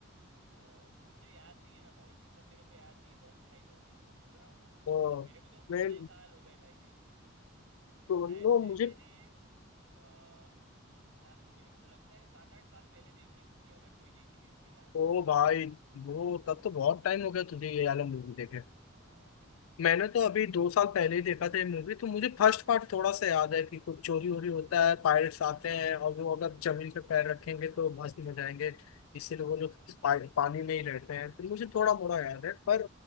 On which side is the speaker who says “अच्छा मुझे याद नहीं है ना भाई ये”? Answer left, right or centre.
Right